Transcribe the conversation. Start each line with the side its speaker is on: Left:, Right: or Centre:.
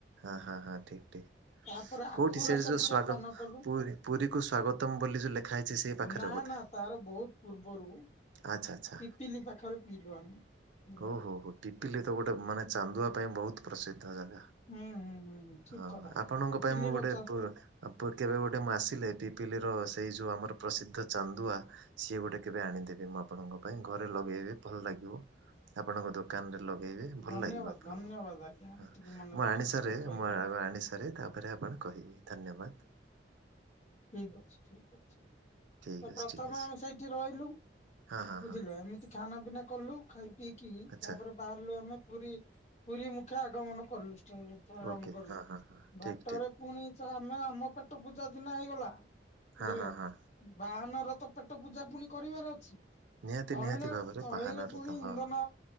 Right: ହଁ ହଁ ହଁ ଠିକ ଠିକ।
Left: ତାପରେ ଆଖୁ
Right: କୋଉଠି ସେ
Left: ରସ
Right: ଯୋଉ
Left: ଟିକେ
Right: ସ୍ଵାଗ
Left: ପାନ କଲୁ।
Right: ପୁରୀ ପୁରୀ କୁ ସ୍ଵାଗତମ ବୋଲି ଯୋଉ ଲେଖା ହେଇଛି ସେଇ ପାଖରେ
Left: ନା
Right: ବୋଧେ।
Left: ନା ତାର ବହୁତ ପୂର୍ବରୁ
Right: ଆଚ୍ଛା ଆଚ୍ଛା
Left: ପିପିଲି ପାଖରେ ପିଇଲୁ ଆମେ, ବୁଝିଲୁ।
Right: ହଉ ହଉ ହଉ ପିପିଲି ତ ଗୋଟେ ମାନେ ଚାନ୍ଦୁଆ ପାଇଁ ବହୁତ ପ୍ରସିଦ୍ଧ ନା।
Left: ହୁଁ ହୁଁ ହୁଁ ହୁଁ ଠିକ
Right: ହଁ,
Left: କଥା।
Right: ଆପଣଙ୍କ
Left: ପିପିଲିର
Right: ପାଇଁ ମୁଁ ଗୋଟେ
Left: ଚା
Right: ପ ଅ ପ କେବେ ଗୋଟେ ମୁଁ ଆସିଲେ ପିପିଲିର ସେଇ ଯେଉଁ ଆମର ପ୍ରସିଦ୍ଧ ଚାନ୍ଦୁଆ ସିଏ ଗୋଟେ କେବେ ଆଣିଦେବି ମୁଁ ଆପଣଙ୍କ ପାଇଁ ଘରେ ଲଗେଇବେ ଭଲ ଲାଗିବ, ଆପଣଙ୍କ ତ କାନରେ ଲାଗେଇବେ ଭଲଲାଗିବ
Left: ଧନ୍ୟବାଦ
Right: ଆପଣଙ୍କୁ,
Left: ଧନ୍ୟବାଦ ଆଜ୍ଞା
Right: ହଁ
Left: ଏତିକି ମନେ
Right: ମୁଁ
Left: ରଖିଥିବାର
Right: ଆଣିସାରେ
Left: କହିବାର।
Right: ମୁଁ ଆ ଆ ଆଣି ସା ରେ ତାପରେ ଆପଣ କହିବେ, ଧନ୍ୟବାଦ୍।
Left: ଠିକ୍ ଅଛି ଠିକ ଅଛି,
Right: ଠିକ୍
Left: ତ
Right: ଅଛି
Left: ପ୍ରଥମେ
Right: ଠିକ୍ ଅଛି
Left: ଆମେ ସେଇଠି ରହିଲୁ।
Right: ହଁ ହଁ
Left: ବୁଝିଲେ
Right: ହଁ
Left: ଏମିତି ଖାନା ପିନା କଲୁ, ଖାଇ ପିଇକି
Right: ଆଚ୍ଛା
Left: ତାପରେ ବାହାରିଲୁ ଆମେ ପୁରୀ ପୁରୀ ମୁଖେ ଆଗମନ କଲୁ। ଧରମ
Right: ଓକେ
Left: କଲୁ
Right: ହଁ ହଁ ହଁ ଠିକ୍
Left: ବାଟରେ
Right: ଠିକ୍।
Left: ପୁଣି ଛା ଆମେ ଆମ ପେଟ ପୂଜା ସିନା ହେଇଗଲା,
Right: ହଁ
Left: ବୁଝିଲେ
Right: ହଁ ହଁ
Left: ବାହାନର ତ ପେଟ ପୂଜା ପୁଣି କରିବାର ଅଛି।
Right: ନିହାତି
Left: ତହିଁଣ
Right: ନିହାତି ଭାବରେ
Left: ତହିଁରେ
Right: ବାହାନର
Left: ପୁଣି
Right: ତ ହଁ।
Left: ଇନ୍ଧନ